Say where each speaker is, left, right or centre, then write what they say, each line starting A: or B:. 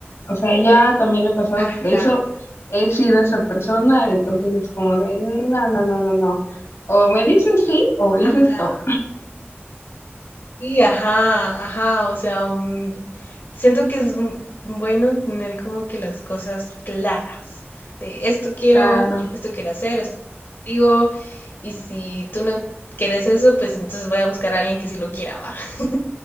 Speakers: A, on the left; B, on the left.
A: O sea, ya también he pasado
B: Ajá,
A: por eso, he sido esa persona, entonces es como de, no, no, no, no, no. O me dices sí o dices
B: ajá.
A: no.
B: Sí, ajá, ajá, o sea, mm, siento que es m- bueno tener como que las cosas claras de esto quiero,
A: Claro,
B: esto quiero hacer, esto quiero contigo, y si tú no quieres eso, pues entonces voy a buscar a alguien que sí lo quiera, va. <laughs>